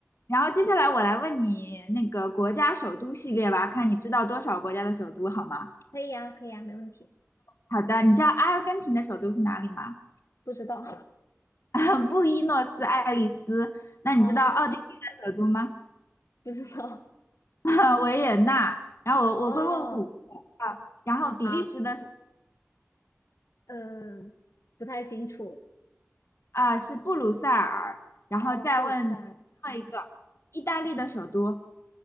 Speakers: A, on the left (about 60°); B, on the left (about 75°).
A: 然后接下来我来问你那个国家首都系列吧，看你知道多少国家的首都好吗？
B: 可以呀，可以呀，没问题。
A: 好的，你知道阿根廷的首都是哪里吗？
B: 不知道
A: <laughs> 布宜诺斯艾利斯。那你知道奥地利的首都吗？
B: <laughs> 哦，不知道
A: <laughs> 维也纳。然后我我会问五个啊，
B: <laughs> 哦。
A: 然后比利时的首
B: 好，嗯，不太清楚。
A: 啊、是布鲁塞尔，然后再问最后一个意大利的首都，
B: 哦，布鲁塞尔，